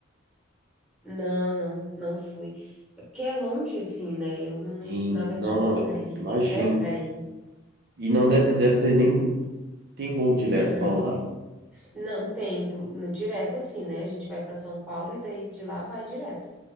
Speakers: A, in the centre; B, on the right.
A: Não, não, não fui. É porque é longe assim, né? Eu não,
B: Em-
A: na verdade,
B: Não, não,
A: para ir.
B: imagino.
A: É para ir.
B: E não de- deve ter nem. Tem voo direto
A: Não.
B: para lá?
A: S- Não, tem do, no direto assim, né? A gente vai para São Paulo e daí de lá vai direto.